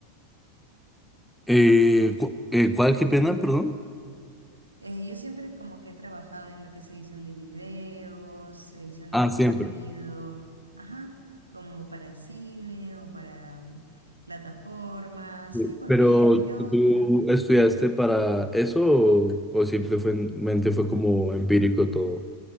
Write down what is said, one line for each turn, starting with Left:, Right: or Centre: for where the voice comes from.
Centre: Eh, cu- eh, ¿cuál? ¿Qué pena? Perdón.
Right: Eh, yo siempre como que he trabajado en lo que es edición de videos, edición de
Centre: Ah,
Right: contenido,
Centre: siempre.
Right: ajá, como para cine o para mm, plataformas,
Centre: Sí.
Right: sí, porque
Centre: Pero
Right: yo,
Centre: ¿tú
Right: ajá,
Centre: estudiaste para eso o, o simplemente fue como empírico todo?